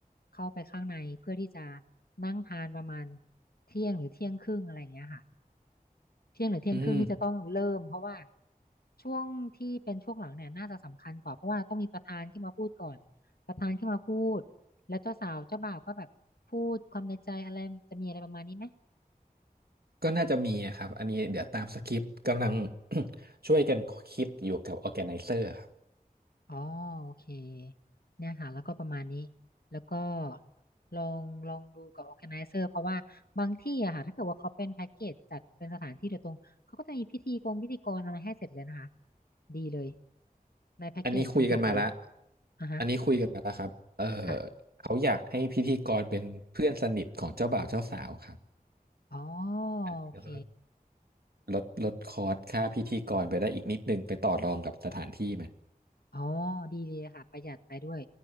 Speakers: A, on the left; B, on the right.
A: เข้าไปข้างในเพื่อที่จะนั่งทานประมาณเที่ยงหรือเที่ยงครึ่งอะไรอย่างเงี้ยค่ะ เที่ยงหรือเที่ยงครึ่งที่จะต้องเริ่มเพราะว่า
B: อืม
A: ช่วงที่เป็นช่วงหลังเนี่ยน่าจะสำคัญกว่าเพราะว่าต้องมีประธานขึ้นมาพูดก่อนประธานขึ้นมาพูดแล้วเจ้าสาวเจ้าบ่าวก็แบบพูดความในใจอะไรจะมีอะไรประมาณนี้ไหม
B: ก็น่าจะมีอะครับอันนี้เดี๋ยวตามสคริปต์กำลัง <coughs> ช่วยกันคิดอยู่กับ Organizer ครับ
A: อ๋อโอเคเนี่ยค่ะแล้วก็ประมาณนี้แล้วก็ลองลองดูกับ organizer เพราะว่าบางที่อะค่ะถ้าเกิดว่าเขาเป็นแพ็กเกจจัดเป็นสถานที่โดยตรงเขาก็จะมีพิธีกรพิธีกรอะไรให้เสร็จเลยนะคะดีเลยในแพ็กเกจจนจบเลย
B: อันนี้คุยกันมาแล้ว
A: อ่ะฮะ
B: อันนี้คุยกันมาแล้วครับเออ
A: ค่ะ
B: เขาอยากให้พิธีกรเป็นเพื่อนสนิทของเจ้าบ่าวเจ้าสาวครับ
A: อ๋อ
B: อันนี้ก็
A: โอเค
B: ลดลดคอร์สค่าพิธีกรไปได้อีกนิดนึงไปต่อรองกับสถานที่ไหม
A: อ๋อดีเลยค่ะประหยัดไปด้วย